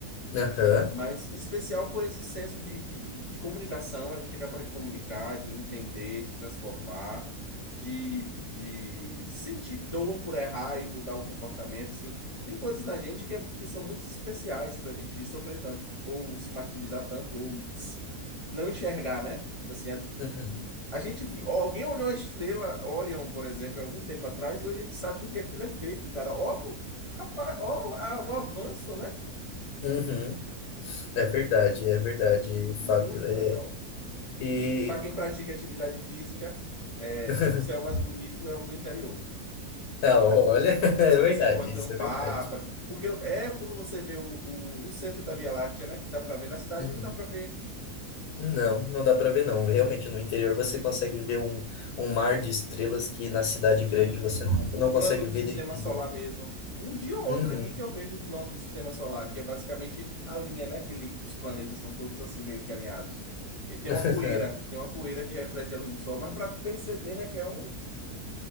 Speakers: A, on the left; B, on the left.
A: Aham.
B: mas especial por esse senso de, de, de, de comunicação, a gente é capaz de comunicar, de entender, de transformar, de, de sentir dor por errar e mudar o comportamento, assim. Tem coisas na gente que, é- que são muito especiais para a gente sofrer tanto, ou se martirizar tanto, ou s- não enxergar, né? Tipo assim, a,
A: Uhum.
B: a gente, vi- alguém olhou a estrela Orion, por exemplo, há algum tempo atrás, e hoje a gente sabe do que aquilo é feito, cara. Ó, rapaz, ó, a- o avanço, né?
A: Uhum. É verdade, é verdade,
B: Muito
A: Fábio. É...
B: legal.
A: E.
B: E, e para quem pratica atividade física, é,
A: <laughs>
B: o céu mais bonito é o do interior.
A: Ah, olha, <laughs> é
B: Se
A: verdade,
B: você for acampar,
A: isso é verdade.
B: pra- porque é quando você vê o, o, o centro da Via Láctea, né, que dá para ver. Na cidade
A: Uhum.
B: não dá para ver,
A: Não, não dá para ver, não. Realmente, no interior você consegue ver um, um mar de estrelas que na cidade
B: sim,
A: grande você não,
B: o
A: não
B: plano
A: consegue
B: do
A: ver
B: sistema
A: devido.
B: solar mesmo. Um dia ou outro
A: Uhum.
B: aqui que eu vejo o plano do sistema solar, que é basicamente a linha, né, que, li- que os planetas são todos assim meio que alinhados. E tem
A: <laughs>
B: uma poeira, tem uma poeira que reflete a luz do sol, mas para perceber requer um